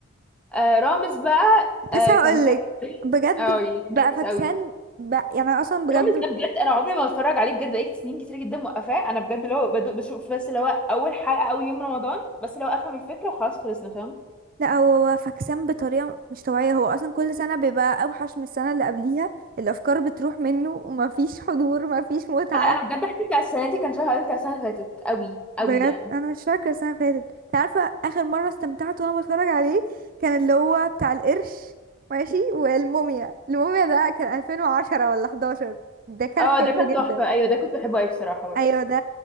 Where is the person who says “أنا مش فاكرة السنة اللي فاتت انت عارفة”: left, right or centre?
Right